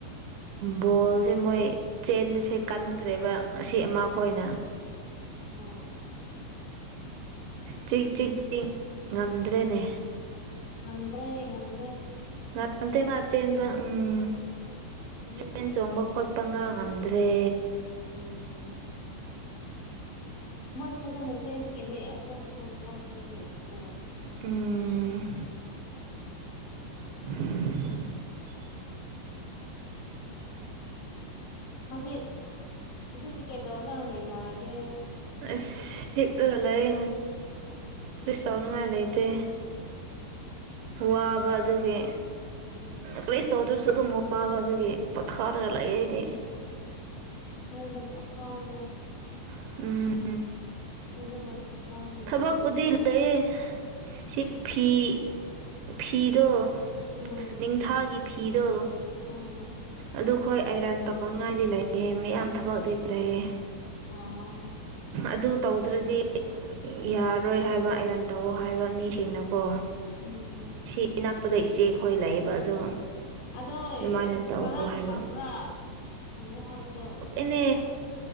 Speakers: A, on the right (about 75°); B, on the left (about 60°).
A: ꯕꯣꯜꯁꯦ ꯃꯣꯏ ꯆꯦꯟꯕꯁꯦ ꯀꯟꯈ꯭ꯔꯦꯕ ꯑꯁꯤ ꯑꯃ
B: ꯎꯝ
A: ꯈꯣꯏꯅ
B: ꯎꯝ
A: ꯆꯤꯛ ꯆꯤꯛ ꯆꯤꯛ ꯉꯝꯗ꯭ꯔꯦꯅꯦ
B: ꯉꯝꯗ꯭ꯔꯦ ꯉꯝꯗꯦ
A: ꯉꯝꯇꯩ ꯃꯥ ꯆꯦꯟꯕ ꯎꯝ
B: ꯑꯗꯨꯒꯤ
A: ꯆꯦꯟ ꯆꯣꯡꯕ ꯈꯣꯠꯄ ꯄꯉꯥ ꯉꯝꯗ꯭ꯔꯦ
B: ꯎꯝ ꯃꯣꯢꯗꯤ ꯐꯖꯅ ꯆꯦꯟꯕꯒꯤꯅꯦ ꯑꯇꯣꯞꯄ ꯈꯣꯢ ꯄꯥꯎ ꯆꯦ ꯂꯩꯕꯀꯣ
A: ꯎꯝ <unintelligible>
B: ꯍꯧꯖꯤꯛ ꯍꯧꯖꯤꯛꯇꯤ ꯀꯩꯗꯧꯅ ꯂꯩꯅꯔꯒꯦ
A: ꯑꯁ ꯍꯤꯞꯔꯒ ꯂꯩ ꯀ꯭ꯔꯤꯁꯨ
B: ꯎꯝ
A: ꯇꯧꯅꯤꯡꯉꯥꯏ ꯂꯩꯇꯦ ꯋꯥꯕ ꯑꯗꯨꯒꯤ
B: ꯎꯝ
A: ꯀ꯭ꯔꯤꯁ ꯇꯧꯗ꯭ꯔꯁꯨ ꯑꯗꯨꯝ ꯋꯥꯕ ꯑꯗꯨꯒꯤ ꯄꯠꯊꯔꯒ
B: ꯑꯣ
A: ꯂꯩ ꯑꯗꯤ
B: ꯍꯣꯏꯗ <unintelligible>
A: <unintelligible>
B: <inaudible>
A: ꯊꯕꯛꯄꯨꯗꯤ <unintelligible> ꯁꯤ ꯐꯤ ꯐꯤꯗꯣ
B: ꯎꯝ
A: ꯅꯤꯡꯊꯥꯒꯤ ꯐꯤꯗꯣ
B: ꯎꯝ
A: ꯑꯗꯨꯈꯣꯏ ꯑꯥꯏꯔꯟ ꯇꯧꯅꯤꯡꯉꯥꯏꯗꯤ ꯂꯩꯌꯦ ꯃꯌꯥꯝ ꯊꯕꯛꯇꯤ ꯂꯩꯌꯦ
B: ꯑꯣ
A: ꯑꯗꯨ ꯇꯧꯗ꯭ꯔꯗꯤ ꯌꯥꯔꯣꯏ ꯍꯥꯏꯕ ꯑꯥꯏꯔꯟ ꯇꯧꯑꯣ ꯍꯥꯏꯕ ꯃꯤꯁꯤꯡꯅꯀꯣ
B: ꯎꯝ
A: ꯁꯤ ꯅꯛꯄꯗ ꯏꯆꯦꯈꯣꯏ ꯂꯩꯑꯦꯕ ꯑꯗꯣ
B: ꯑꯗꯣ
A: ꯑꯗꯨꯃꯥꯏꯅ ꯇꯧꯋꯣ
B: ꯉꯔꯥꯡ
A: ꯍꯥꯏꯕ
B: ꯍꯪꯕ꯭ꯔꯥ ꯍꯪꯉꯣ ꯍꯥꯏꯕꯗꯣ
A: ꯏꯅꯦ